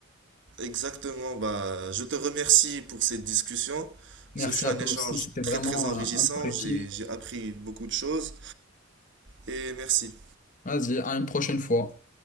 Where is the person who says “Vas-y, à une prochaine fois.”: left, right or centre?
Left